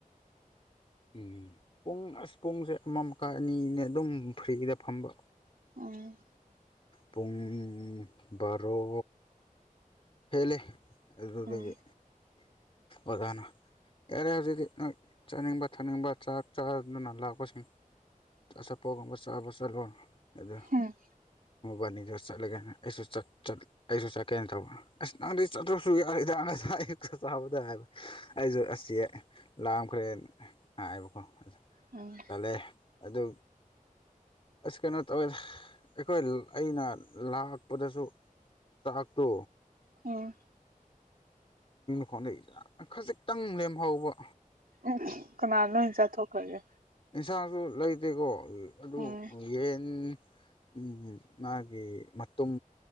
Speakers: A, on the left (about 40°); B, on the right (about 80°).
A: ꯎꯝ ꯄꯨꯡ ꯑꯁ ꯄꯨꯡꯁꯦ ꯑꯃ ꯃꯈꯥꯏ ꯑꯅꯤꯅꯦ ꯑꯗꯨꯝ ꯐ꯭ꯔꯤꯗ ꯐꯝꯕ
B: ꯎꯝ
A: ꯄꯨꯡ ꯕꯥꯔꯣ ꯍꯦꯂꯦ ꯑꯗꯨꯗꯒꯤ
B: ꯎꯝ
A: ꯑꯣꯗꯅ ꯌꯥꯔꯦ ꯍꯧꯖꯤꯛꯇꯤ ꯅꯣꯏ ꯆꯥꯅꯤꯡꯕ ꯊꯛꯅꯤꯡꯕ ꯆꯥꯛ ꯆꯥꯗꯨꯅ ꯂꯥꯛꯄꯁꯤꯡ ꯑꯆꯥꯄꯣꯠꯒꯨꯝꯕ ꯆꯥꯕ ꯆꯥꯂꯨ ꯑꯗꯨ
B: ꯎꯝ
A: ꯃꯣꯕꯥꯅꯤꯗ ꯆꯠꯂꯒꯦꯅ ꯑꯩꯁꯨ ꯑꯩꯁꯨ ꯆꯠꯀꯦꯅ ꯇꯧꯕ ꯑꯁ ꯅꯪꯗꯤ ꯆꯥꯠꯇ꯭ꯔꯁꯨ ꯌꯥꯗ ꯑꯌꯨꯛꯇ ꯆꯥꯕꯗ ꯍꯥꯏꯕ ꯑꯩꯁꯨ ꯑꯁꯤ ꯂꯝꯈꯔ ꯍꯥꯏꯥꯏꯕꯣꯀꯣ
B: ꯎꯝ
A: ꯆꯠꯂꯦ ꯑꯗꯨ ꯑꯁ ꯀꯩꯅꯣ ꯇꯧꯋꯦ ꯑꯩꯈꯣꯏ ꯑꯩꯅ ꯂꯥꯛꯄꯗꯁꯨ ꯆꯥꯥꯛꯍꯠꯇꯣ
B: ꯎꯝ
A: ꯈꯣꯟꯗꯩ ꯈꯖꯤꯛꯇꯪ ꯂꯦꯝꯍꯧꯕ
B: ꯎꯝ ꯀꯅꯥ ꯂꯣꯏꯟ ꯆꯥꯊꯣꯛꯈ꯭ꯔꯒꯦ
A: ꯑꯦꯟꯁꯥꯡꯁꯨ ꯂꯩꯇꯦꯀꯣ ꯑꯗꯨ
B: ꯎꯝ
A: ꯌꯦꯟ ꯎꯝ ꯃꯥꯒꯤ ꯃꯇꯨꯝ